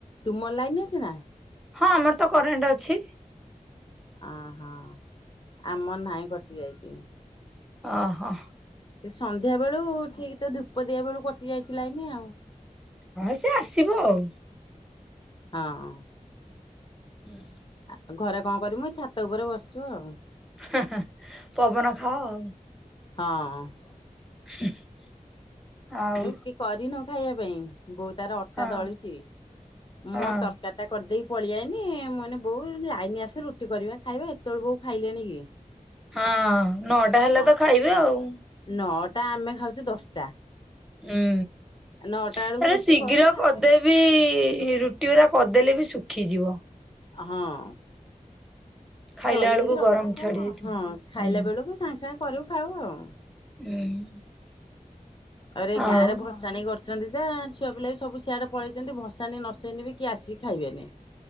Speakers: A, on the left; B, in the centre.
A: ତୁମର ଲାଇନ ଅଛି ନା?
B: ହଁ ଆମର ତ କରେଣ୍ଟ୍ ଅଛି।
A: ଆହା ଆମର ନାହିଁ କଟି ଯାଇଚି।
B: ଅ ହ।
A: ସେ ସନ୍ଧ୍ୟା ବେଳୁ ଠିକ୍ ତ ଧୂପ ଦିଆ ବେଳୁ କଟି ଯାଇଚି ଲାଇନି ଆଉ।
B: ହଁ ସେ ଆସିବ ଆଉ।
A: ହଁ।
B: ହୁଁ
A: ଆଉ ଘରେ କଣ କରିବୁ ଛାତ ଉପରେ ବସିଛୁ ଆଉ।
B: <unintelligible> ପବନ ଖାଅ ଆଉ।
A: ହଁ
B: <unintelligible> ଆଉ
A: ରୁଟି କରିନୁ ଖାଇବା ପାଇଁ ବୋଉ ତାର ଅଟା
B: ଆଉ
A: ଦଳୁଛି। ମଁ
B: ହଁ ହଁ
A: ତରକାରୀ ଟା କରିଦେଇକି ପଳେଇ ଆଇନି ମୁଁ କହିନି ବୋଉ ଲାଇନି ଆଶୁ ରୁଟି କରିବା ଖାଇବା ଏ ତଳୁ ବୋଉ ଖାଇଲେଣି କି।
B: ହଁ ନଅଟା ହେଲେ
A: ନ
B: ତ ଖାଇବେ ଆଉ।
A: ନଅଟା ଆମେ ଖାଉଚୁ ଦଶଟା।
B: ହୁଁ
A: ନଅଟା
B: ତାପରେ
A: ବେଳକୁ ରୁଟି
B: ଶୀଘ୍ର
A: କରୁ ଖାଉ।
B: କରିଦେଇ ବି ରୁଟିଗୁଡ଼ା କରିଦେଲେ ବି ଶୁଖିଯିବ।
A: ହଁ।
B: ଖାଇଲା
A: ଦଳି
B: ବେଳକୁ
A: ଦେଇକି ରଖି
B: ଗରମ
A: ଦେଇେଇଥାଉ
B: ଛାଡି ଯାଇଥିବ
A: ହଁ ଖାଇଲା
B: ହୁଁ
A: ବେଳକୁ ସାଙ୍ଗେ ସାଙ୍ଗେ କରିବୁ ଖାଇବୁ ଆଉ।
B: ହୁଁ।
A: ଆରେ
B: ଆଉ
A: ଗାଁ ରେ ଭ ଭସାଣି କରୁଛନ୍ତି ଯେ ଛୁଆ ପିଲା ବି ସବୁ ସିଆଡ଼େ ପଳେଇଛନ୍ତି ଭସାଣି ନସେଇନେ ବି କିଏ ଆସିକି ଖାଇବେନି।